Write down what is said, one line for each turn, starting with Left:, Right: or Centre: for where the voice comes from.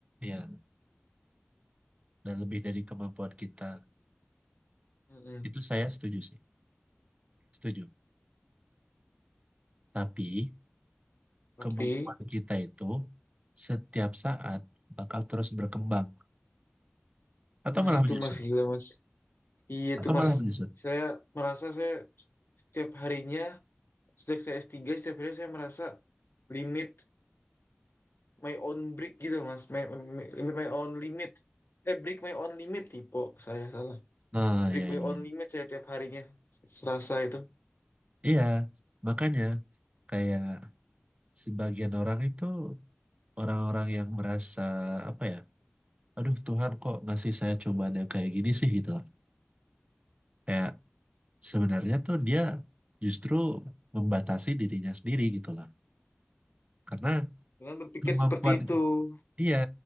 Right: ya, dan lebih dari kemampuan kita.
Left: Mm-mm.
Right: Itu saya setuju sih, setuju. Tapi
Left: Tapi,
Right: kemampuan kita itu setiap saat bakal terus berkembang atau
Left: nah
Right: malah
Left: itu
Right: menyusut,
Left: Mas gila Mas, iya itu
Right: atau
Left: Mas,
Right: malah menyusut.
Left: saya merasa saya setiap harinya sejak saya S3 setiap hari saya merasa limit my own break gitu mas my, my- limit my own limit eh break my own limit tipe saya salah
Right: Nah,
Left: break
Right: ya, ya,
Left: my own
Right: ya.
Left: limit saya tiap harinya Selasa itu
Right: Iya, makanya kayak sebagian orang itu orang-orang yang merasa apa ya, aduh Tuhan kok ngasih saya cobaan yang kayak gini sih gitu lah. Kayak sebenarnya tuh dia justru membatasi dirinya sendiri gitu lah. Karena
Left: dengan berpikir
Right: kemampuan
Left: seperti itu
Right: dia,